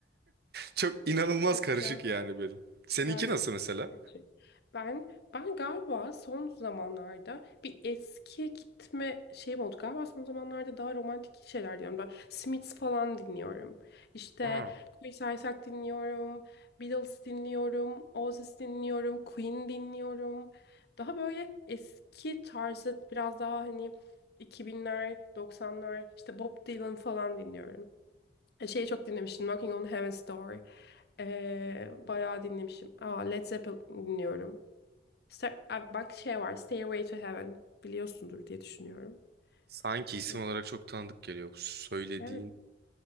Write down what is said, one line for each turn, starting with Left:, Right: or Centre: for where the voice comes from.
Right: Çok inanılmaz
Left: Evet
Right: karışık
Left: ya.
Right: yani benim. Seninki
Left: Biraz
Right: nasıl
Left: kafası
Right: mesela?
Left: karışık. Ben ben galiba son zamanlarda bir eskiye gitme şeyim oldu. Galiba son zamanlarda daha romantik şeyler diyorum. Ben Smiths falan dinliyorum. İşte
Right: Aa.
Left: Chris Isaak dinliyorum. Beatles dinliyorum. Oasis dinliyorum. Queen dinliyorum. Daha böyle eski tarzı biraz daha hani 2000'ler, 90'lar işte Bob Dylan falan dinliyorum. E, Şeyi çok dinlemiştim. Knocking on Heaven's Door. Ee, bayağı dinlemişim. Aa, Led Zeppelin dinliyorum. Star- Aa, bak şey var. Stairway to Heaven. Biliyorsundur diye düşünüyorum.
Right: Sanki isim
Left: E,
Right: olarak çok tanıdık geliyor bu söylediğin
Left: Evet.